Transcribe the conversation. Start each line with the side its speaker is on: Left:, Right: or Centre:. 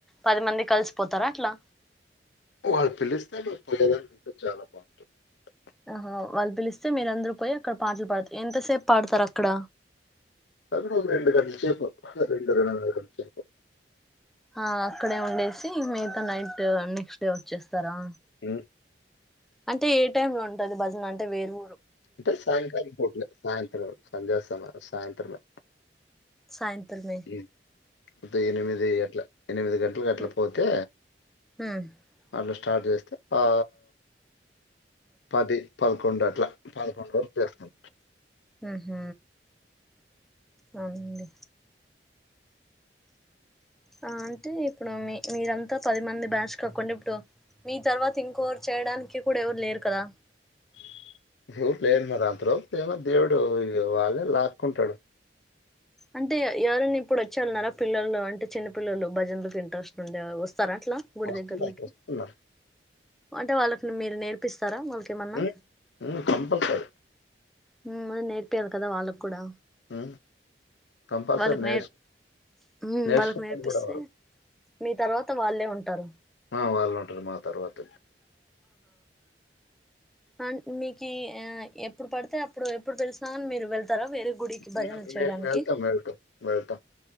Centre: పది మంది కలిసిపోతారా అట్లా
Left: వాళ్ళు పిలిస్తే నువ్వు పోయేదనివి చాలా <unintelligible>
Centre: ఆహా వాళ్ళు పిలిస్తే మీరందరు పోయి అక్కడ పాటలు పాడతారు. ఎంతసేపు పాడతారు అక్కడ
Left: అక్కడ ఒక రెండు గంటల సేపు. అహ రెండు రెండున్నర గంటల సేపు
Centre: ఆ అక్కడే ఉండేసి మిగతా నైట్ నెక్స్ట్ డే వచ్చేస్తారా?
Left: ఉమ్
Centre: అంటే ఏ టైమ్ లో ఉంటది భజన అంటే వేరు
Left: అంటే సాయంకాలం పోట్లే సాయంత్రం సంధ్యా సమయం సాయంత్రమే
Centre: సాయింత్రమే
Left: ఉం, ఎనిమిది అట్లా ఎనిమిది గంటలుకి అట్లా
Centre: ఉమ్
Left: పోతే
Centre: ఉమ్
Left: అట్లా స్టార్ట్ చేస్తే ఆ పది పదకొండు అట్లా పదకొండు వరకు చేస్తాం
Centre: ఉహ్మ్ అవునండి ఆ అంటే ఇప్పుడు మీ మీరంతా పది మంది బ్యాచ్ కాకుండా ఇప్పుడు మీ తర్వాత ఇంకోవరు చేయడానికి కూడా ఎవరు లేరు కదా
Left: బ్లాంక్ లేదు మరి అంతలోపు తే ఏమో దేవుడు ఇ వాళ్ళే లాక్కుంటడు
Centre: అంటే ఎవరన్న ఇప్పుడు వచ్చేవాళ్ళున్నర పిల్లల్లో అంటే చిన్న పిల్లలు భజనలకి ఇంట్రెస్ట్ ఉండే వస్తు స్తార అట్లా గుడి
Left: వస్తున్నారు
Centre: దగ్గర్లోకి
Left: వస్తున్నారు
Centre: అంటే వాళ్ళకి మీరు నేర్పిస్తారా వాళ్ళకేమన్నా
Left: ఉం, ఉం, కంపల్సరీ
Centre: ఉమ్ అదె నేర్పి అది కదా వాళ్ళకు కూడా
Left: ఉమ్ కంపల్సరీ
Centre: వాళ్ళకి
Left: న
Centre: నేర్ హ్మ్
Left: నేచనలో
Centre: వాళ్ళకి నేర్పిస్తే
Left: కూడా వారు
Centre: మీ తర్వాత వాళ్ళే ఉంటారు
Left: ఆ వాళ్ళు ఉంటరు మా తర్వాత
Centre: అంటే మీకి ఆ ఎప్పుడు పడితే అప్పుడు ఎప్పుడు పిలిసినాగానీ మీరు వెళ్తారా వేరే గుడికి భజనలు
Left: నేను
Centre: చేయడానికి
Left: నేను వెళ్తాం, వెళ్తాం, వెళ్తాం.